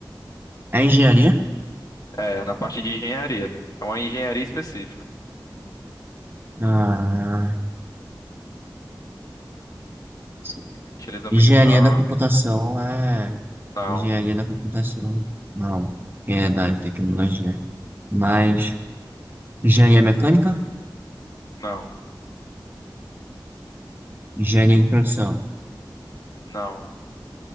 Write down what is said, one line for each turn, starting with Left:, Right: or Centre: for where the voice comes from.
Right: É engenharia?
Left: É, na parte de engenharia. É uma engenharia específica.
Right: Ah, sim.
Left: Utiliza
Right: engenharia
Left: muito cálculo.
Right: da computação é.
Left: Não,
Right: Engenharia da computação. Não, porque é da área de tecnologia. Mas engenharia mecânica?
Left: não,
Right: Engenharia de produção.
Left: não.